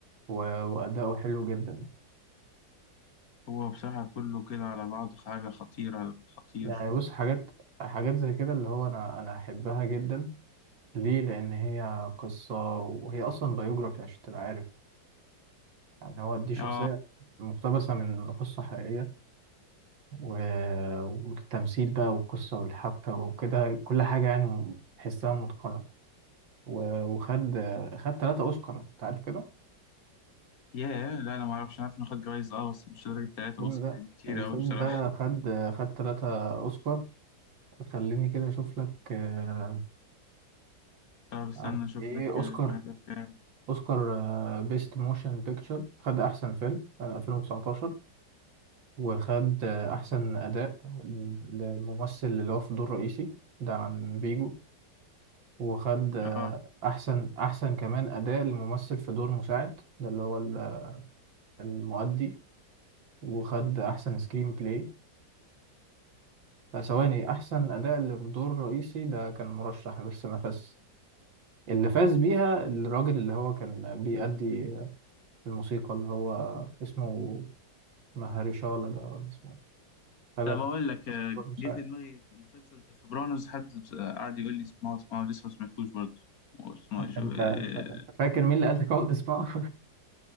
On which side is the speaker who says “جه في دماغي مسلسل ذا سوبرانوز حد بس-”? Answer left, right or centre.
Left